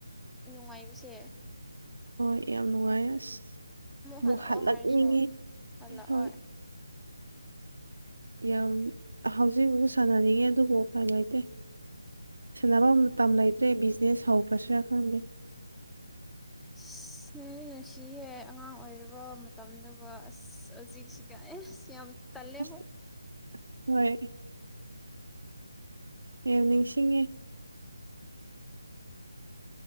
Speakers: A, in the centre; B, on the right.
A: ꯅꯨꯡꯉꯥꯏꯕꯁꯦ
B: ꯍꯣꯏ ꯌꯥꯝ ꯅꯨꯡꯉꯥꯏ ꯑꯁ ꯑꯃꯨꯛ
A: ꯍꯜꯂꯛꯑꯣ
B: ꯍꯜꯂꯛꯅꯤꯡꯉꯦ
A: ꯍꯥꯏꯔꯁꯨ ꯍꯜꯂꯛꯑꯣꯏ
B: ꯍꯣꯏ ꯌꯥꯝ ꯍꯧꯖꯤꯛꯐꯥꯎ ꯁꯥꯟꯅꯅꯤꯡꯉꯦ ꯑꯗꯨꯕꯨ ꯀꯥꯏꯉꯥꯏꯇꯦ ꯁꯥꯟꯐꯝ ꯃꯇꯝ ꯂꯩꯇ꯭ꯔꯦ ꯕꯤꯖꯤꯅꯦꯁ ꯍꯧꯈ꯭ꯔꯁꯤꯔꯥ ꯈꯪꯗꯦ
A: ꯑꯁ ꯅꯣꯏꯒꯤ ꯅꯨꯡꯁꯤꯍꯦ ꯑꯉꯥꯡ ꯑꯣꯏꯔꯕ ꯃꯇꯝꯗꯨꯒ ꯑꯁ ꯍꯧꯖꯤꯛꯁꯤꯒ ꯑꯦ ꯁꯤ ꯌꯥꯝꯝ ꯇꯂꯦꯕꯣ
B: ꯑꯁ ꯍꯣꯏ ꯑꯦ ꯅꯤꯡꯁꯤꯡꯉꯦ